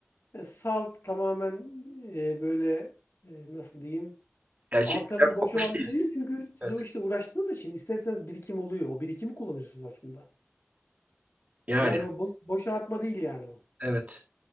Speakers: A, on the left (about 65°); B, on the right (about 35°).
A: e, salt tamamen e, böyle e, nasıl diyeyim
B: gerçekten
A: alt tarafı boş
B: kopmuş
A: olan
B: değil.
A: bir şey değil. Çünkü siz
B: Evet.
A: o işte uğraştığınız için isterseniz birikim oluyor. O birikimi kullanıyorsunuz aslında.
B: Yani
A: Yani o boş, boşa atma değil yani o.
B: evet.